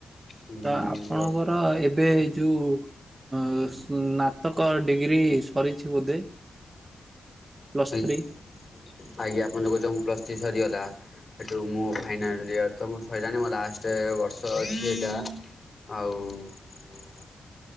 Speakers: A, on the left; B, on the right.
A: ହୁଁ
B: ତ ଆପଣଙ୍କର ଏବେ ଯୋଉ ଅ ସ୍ନାତକ ଡିଗ୍ରୀ। ସରିଛି ବୋଧେ। Plus
A: ଆଜ୍ଞା,
B: three?
A: ଆଜ୍ଞା, ଆପଣ ଦେଖ କହୁଚ <unintelligible> ପ୍ଲସ୍ ଥ୍ରି ସରିଗଲା, ସେଠୁ ମୁଁ ଫାଇନାଲ। ଇୟର ତ ମୋ ସଇଲାଣି, ମୋ ଲାଷ୍ଟ ବର୍ଷ ଅଛି ଏଟା ଆଉ। ଉଁ।